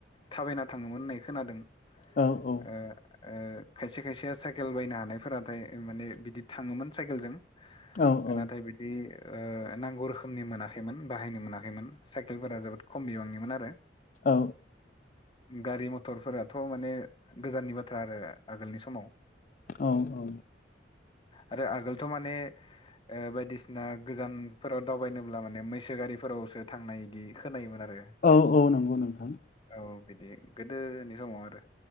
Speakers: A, on the left; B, on the left.
A: थाबायना थाङोमोन होननाय खोनादों
B: औ औ
A: ओ ओ खायसे खायसेया साइकेल बायनो हानायफोराथाय माने बिदि थाङोमोन साइकेलजों
B: औ औ
A: नथायाय बि बि नांगौ रोखोमनि मोनाखैमोन बाहायनो मोनाखैमोन साइकेलफोरा जोबोद खम बिबांनिमोन आरो
B: औ
A: गारि मथरफोराथ' माने गोजाननि बाथ्रा आरो आगोलनि समाव
B: औ औ
A: आरो आगोलथ' माने बायदिसिना गोजानफोराव दावबायनोब्ला माने मैसो गारिफोरावसो थांनाय बिदि खोनायोमोन आरो
B: औ औ नंगौ नोंथां
A: औ बिदि गोदोनि समाव आरो